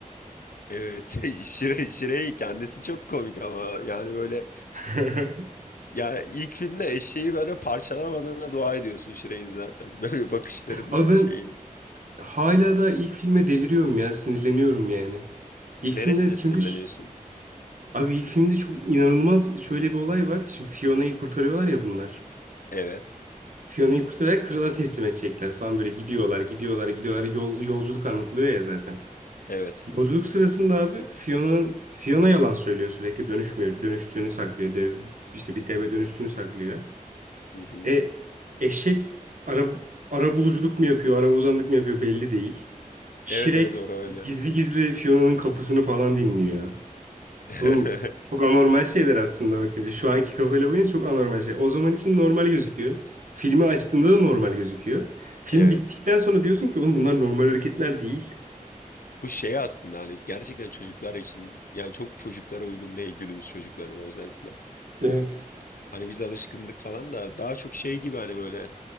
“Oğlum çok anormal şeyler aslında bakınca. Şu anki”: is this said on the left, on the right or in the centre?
Right